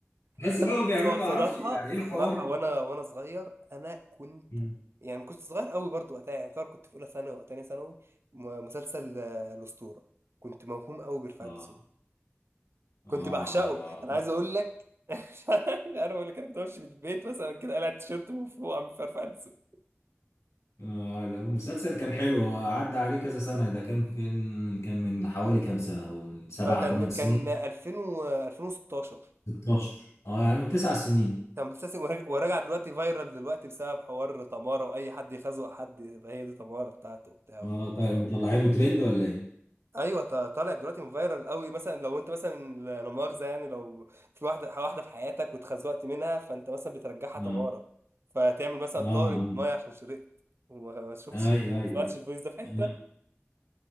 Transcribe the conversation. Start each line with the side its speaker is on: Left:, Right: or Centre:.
Left: بحس
Right: لا
Left: ان هم
Right: بص
Left: بيعملوا
Right: هو بصراحة
Left: ما اعرفش يعني ايه الحوار
Right: صراحة وانا وانا صغير انا كنت
Left: مم.
Right: يعني كنت صغير قوي برضو وقتها يعني يعتبر كنت في اولى ثانوي او تانية ثانوي م- مسلسل آه، الاسطورة كنت موهوم قوي برفعت
Left: اه
Right: الدسوقي كنت
Left: اه
Right: بعشقه
Left: ايوه
Right: انا عايز اقول لك <laughs> مش عارف اقول لك انا كنت بمشي من البيت مثلا كده قلعت تيشيرت مفروع من فرفعة الدسوقي
Left: آه لا، المسلسل كان حلو هو عدى عليه كذا سنة ده كان في من كان من حوالي كام سنة هو من سبعة
Right: آه، كان
Left: تمن
Right: كان
Left: سنين
Right: 2000 و 2016
Left: 16 اه يعني من تسع سنين
Right: كان مسلسل وراجع وراجع دلوقتي فايرال دلوقتي بسبب حوار تمارة واي حد يخزق حد يبقى هي دي تمارة بتاعته وبتاع
Left: اه طيب مطلعينه ترند ولا ايه؟
Right: ايوه ط- طالع دلوقتي فايرال قوي مثلا لو انت مثلا لا مؤاخذه يعني لو في واحده واحده في حياتك واتخزوقت منها فانت مثلا بترجعها تماره
Left: اه
Right: فتعمل مثلا
Left: اه
Right: طارق ميه عشان شرقت وما ما شفتش
Left: اي
Right: ما
Left: اي
Right: سمعتش
Left: اي
Right: الفويس ده في حته
Left: أنا